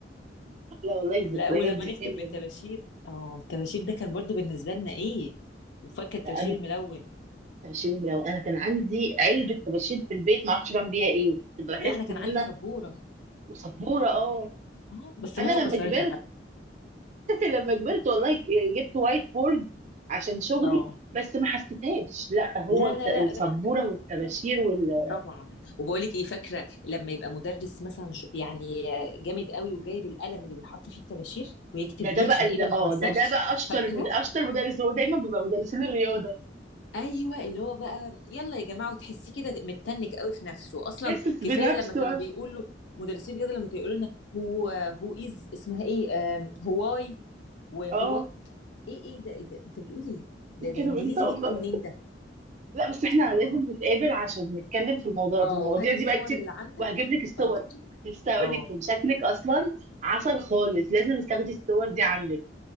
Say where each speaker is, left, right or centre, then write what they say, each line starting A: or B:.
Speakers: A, on the right; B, on the left.
A: <laughs> لا والله الذكريات
B: لا ولما
A: دي
B: نكتب
A: حلوه
B: بالطباشير اه الطباشير ده كان برضو بالنسبة لنا ايه وفاكرة الطباشير
A: لا انا
B: الملون
A: الطباشير لو انا كان عندي علبه طباشير في البيت ما اعرفش بعمل بيها ايه كنت بحس
B: لا انا كان
A: ان
B: عندي
A: انا
B: سبورة
A: وسبوره اه
B: اه بس
A: انا
B: ماما كسرتها
A: لما كبرت
B: حد
A: لما كبرت والله ك- جبت وايت بورد عشان شغلي
B: اه
A: بس ما حسيتهاش لا هو
B: لا
A: الت- السبوره
B: لا لا
A: والطباشير وال
B: طبعًا، وباقول لِك إيه، فاكرة لمّا يبقى مُدرِّس مثلًا ش يعني جامد أوي وجايب القلم اللي بيتحط فيه الطباشير ويكتب
A: ده ده
B: بيه
A: بقى
B: عشان
A: اللي
B: إيده ما
A: اه
B: تتوسخش،
A: ده ده بقى اشطر
B: فاكرة؟
A: مد... اشطر مدرس هو دايما بيبقى مدرسين الرياضه
B: أيوه، اللي هو بقى يالّا يا جماعة وتحسّيه كده متّنِّك أوي في نَفْسه، أصلًا
A: حاسس
B: كفاية
A: بنفسه
B: لمّا كانوا بيقولوا مُدرِّسي الرياضة لمّا كانوا يقولوا لنا هو who is اسمها إيه، آمم who why وwhat
A: اه
B: إيه إيه ده إيه ده أنت بتقول إيه؟ ده ده
A: كانوا
B: إنجليزي
A: بينطقوا
B: جِبته
A: بضل.
B: منين ده؟
A: لا بس احنا
B: آه،
A: لازم نتقابل عشان نتكلم في الموضوع
B: آه،
A: في المواضيع
B: وهاتي
A: دي
B: الصور
A: بقى كتير
B: اللي عندِك
A: وهجيب لك الصور
B: آه،
A: كنت لسه هقول
B: آه.
A: لك كان شكلك اصلا عسل خالص لازم تاخدي الصور دي عندك